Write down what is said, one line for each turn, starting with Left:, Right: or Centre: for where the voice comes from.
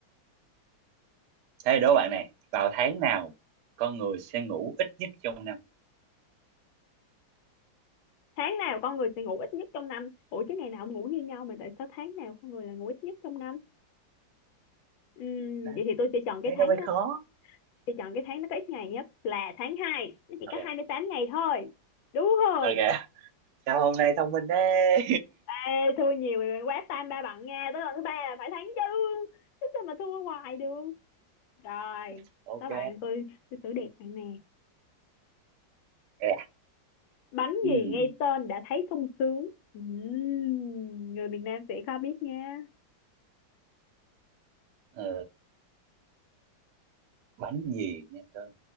Right: thế đố bạn này vào tháng nào con người sẽ ngủ ít nhất trong năm
Left: tháng nào con người sẽ ngủ ít nhất trong năm ủa chứ ngày nào cũng ngủ như nhau mà tại sao tháng nào con người là ngủ ít nhất trong năm Ừm,
Right: đó
Left: vậy thì tôi sẽ chọn cái
Right: thế
Left: tháng
Right: nó mới
Left: đó
Right: khó
Left: thì chọn cái tháng nó có ít ngày nhất là tháng hai, nó chỉ
Right: ok
Left: có hai mươi tám ngày thôi đúng không
Right: ok sao hôm nay thông minh thế
Left: Ê, thua nhiều rồi quá tam ba bằng nha tới lần thứ ba là phải thắng chứ chứ sao mà thua hoài được rồi
Right: <laughs> ok
Left: các bạn tôi tôi xử đẹp bạn nè
Right: à
Left: bánh
Right: Ừm,
Left: gì nghe tên đã thấy sung sướng Ừm, người miền Nam sẽ khó biết nha
Right: ờ, bánh gì nghe tên